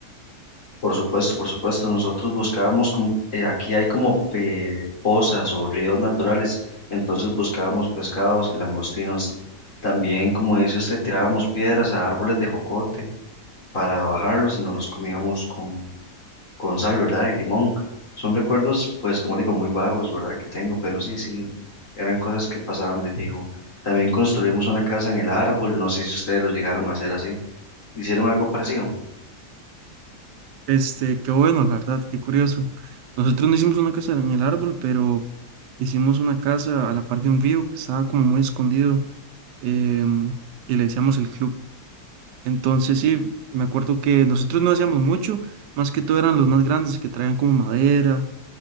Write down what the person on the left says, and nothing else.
Por supuesto, por supuesto. Nosotros buscábamos, como, eh, aquí hay como eh, pozas o ríos naturales, entonces buscábamos pescados y langostinos. También, como dice usted, tirábamos piedras a árboles de jocote para bajarlos y nos los comíamos con, con sal, ¿verdad? Y limón. Son recuerdos, pues, como le digo, muy vagos, ¿verdad? Que tengo, pero sí, sí, eran cosas que pasaban de fijo. También construimos una casa en el árbol, no sé si ustedes lo llegaron a hacer así. ¿Hicieron algo parecido?